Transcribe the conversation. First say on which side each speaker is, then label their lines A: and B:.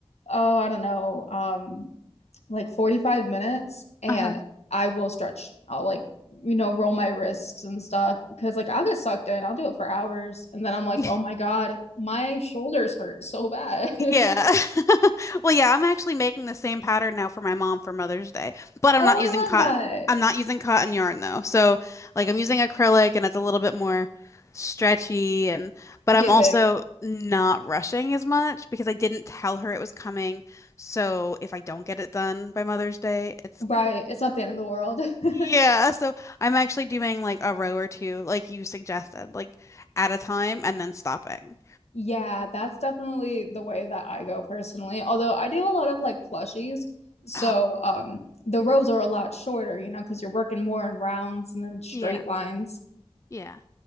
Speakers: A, on the left (about 75°); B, on the left (about 25°).
A: oh I don't know um like 45 minutes and
B: Uh-huh.
A: I will stretch. I'll like you know roll my wrists and stuff because like I'll get sucked in. I'll do it for hours and then I'm like,
B: <laughs>
A: "Oh my God, my shoulders hurt so bad."
B: Yeah.
A: <laughs>
B: <laughs> Well, yeah, I'm actually making the same pattern now for my mom for Mother's Day, but
A: Oh,
B: I'm not using
A: I
B: cotton.
A: love that.
B: I'm not using cotton yarn though. So, like I'm using acrylic and it's a little bit more stretchy and but
A: Giving.
B: I'm also not rushing as much because I didn't tell her it was coming. So, if I don't get it done by Mother's Day, it's
A: Right. It's not the end of the world. <laughs>
B: yeah, so I'm actually doing like a row or two like you suggested, like at a time and then stopping.
A: Yeah, that's definitely the way that I go personally. Although I do a lot of like plushies. So,
B: Oh,
A: um, the rows are a lot shorter, you know, because you're working more in rounds and then straight
B: yeah.
A: lines.
B: Yeah.